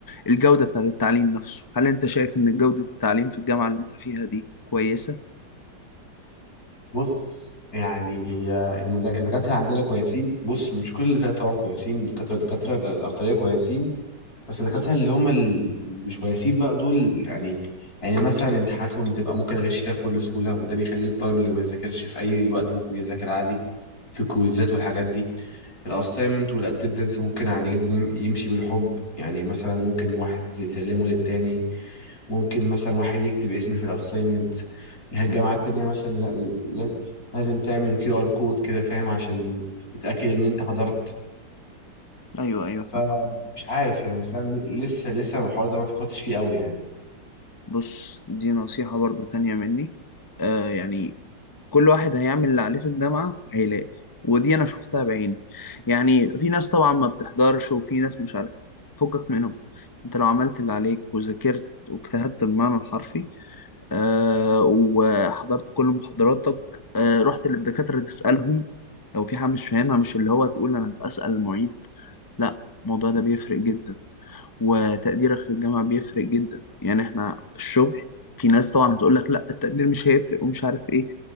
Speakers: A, on the left (about 30°); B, on the left (about 55°).
A: الجودة بتاعت التعليم نفسه هل انت شايف ان جودة التعليم في الجامعة اللي انت فيها دي كويسة؟
B: بص يعني هي المدا- الدكاتره عندنا كويسين بص مش كل الدكاتره طبعا كويسين الدكاتره دكاتره الاكتريه كويسين بس الدكاترة اللي هم ال- مش كويسين بقى دول يعني يعني مثلا امتحاناتهم بتبقى ممكن اغش فيها بكل سهولة وده بيخلي الطالب اللي ما يذاكرش في اي وقت ممكن يذاكر عادي في الكويزات والحاجات دي الاساينمنت والاتندنس ممكن عادي جدا يمشي بالحب يعني مثلا ممكن واحد يسلمه للتاني ممكن مثلا واحد يكتب اسمي في الاساينمنت الجامعات
A: مم.
B: التانية مثلا لا- لا- لازم تعمل كيو ار كود كده فاهم عشان يتأكد ان انت حضرت
A: ايوه ايوه فاهم
B: فمش عارف يعني فاهم لسه لسه الحوار ده ما فكرتش فيه قوي يعني
A: بص دي نصيحة برضو تانية مني آه يعني كل واحد هيعمل اللي عليه في الجامعة هيلاقي ودي أنا شفتها بعيني يعني في ناس طبعا ما بتحضرش وفي ناس مش عارف إيه. فكك منهم أنت لو عملت اللي عليك وذاكرت واجتهدت بالمعنى الحرفي آه وحضرت كل محاضراتك آه رحت للدكاترة تسألهم لو في حاجة مش فاهمها مش اللي هو تقول أنا بسأل المعيد لا الموضوع ده بيفرق جدا وتقديرك في الجامعة بيفرق جدا يعني احنا في الشغل في ناس طبعا هتقول لك لا التقدير مش هيفرق ومش عارف ايه